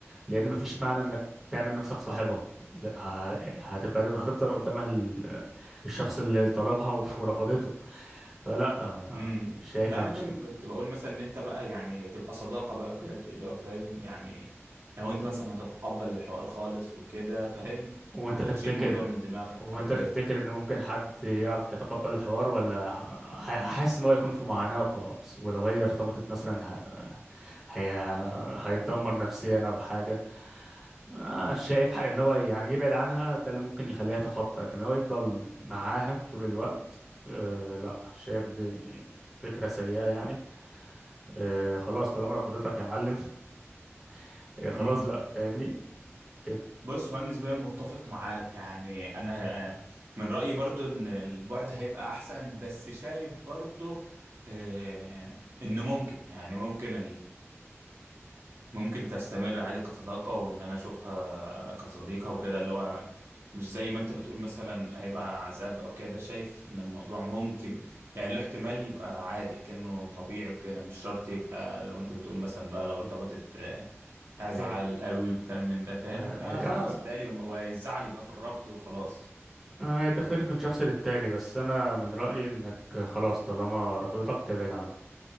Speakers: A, in the centre; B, on the right (about 55°).
A: لان مفيش معنى انك تعمل نفسك صاحبها لا، ه- هتبقى هتفضل قدامها ال- الشخص اللي طلبها ورفضته فلا آه،
B: امم
A: شايفها
B: لا انا
A: مش
B: كنت
A: كده
B: بقول مثلا ان انت بقى يعني تبقى صداقه بقى بجد اللي هو فاهم يعني لو انت مثلا هتتقبل الحوار خالص وكده فاهم
A: وانت
B: وتشيل
A: تفتكر
B: الموضوع من دماغك
A: وانت
B: او كده
A: تفتكر ان ممكن حد يعرف يتقبل الحوار ولا ح- حاسس ان هو يكون في معاناة وخلاص ولو هي ارتبطت مثلا ه... هي... هيتدمر نفسيا او حاجة آه، شايف ح- ان هو يعني يبعد عنها ده اللي ممكن يخليها تخطى لكن هو يفضل معاها طول الوقت أه لا شايف دي فكرة سيئة يعني أه خلاص طالما رفضتك يا معلم <laughs> أه خلاص
B: امم
A: بقى فاهمني كده
B: بص هو انا نسبيا متفق معاك يعني انا من رايي برضو ان البعد هيبقى احسن بس شايف برضو آه، ان ممكن يعني ممكن ممكن تستمر عادي كصداقة وإن أنا أشوفها كصديقة وكده اللي هو مش زي ما أنت بتقول مثلا هيبقى عذاب أو كده شايف إن الموضوع ممكن يعني له احتمال يبقى عادي أكنه طبيعي وكده مش شرط يبقى زي ما أنت بتقول مثلا بقى لو
A: مم.
B: ارتبطت آه، هزعل
A: ايه
B: قوي والكلام من ده فاهم
A: آه،
B: يعني
A: هي
B: خلاص بتهيألي هو الزعل يبقى في الرفض وخلاص
A: آه، هي بتختلف من شخص للتاني بس انا من رأيي انك خلاص طالما رفضتك تبعد عنها